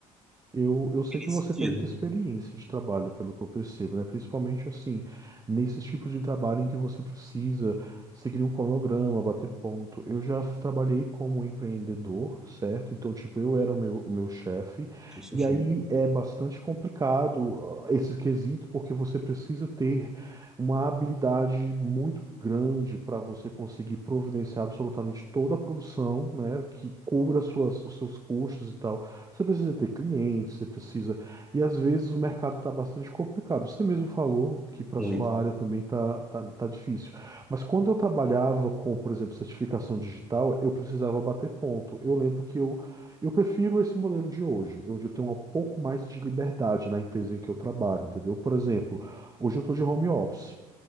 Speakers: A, on the right; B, in the centre.
A: Eu, eu sei
B: nesse
A: que você
B: sentido.
A: tem muita experiência de trabalho, pelo que eu percebo, né? Principalmente assim, nesses tipos de trabalho em que você precisa seguir um cronograma, bater ponto. Eu já f- trabalhei como empreendedor, certo? Então, tipo, eu era o meu, o meu chefe,
B: Deixa eu só
A: e
B: chegar
A: aí
B: aqui.
A: é bastante complicado ah, esse quesito, porque você precisa ter uma habilidade muito grande para você conseguir providenciar absolutamente toda a produção, né? Que cubra suas, os seus custos e tal. Você precisa ter clientes, você precisa. E às vezes o mercado está bastante complicado. Você mesmo falou que para
B: Muito.
A: sua área também tá, tá, tá difícil. Mas quando eu trabalhava com, por exemplo, certificação digital, eu precisava bater ponto. Eu lembro que eu, eu prefiro esse modelo de hoje, onde eu tenho um pouco mais de liberdade na empresa em que eu trabalho, entendeu? Por exemplo, hoje eu estou de home office.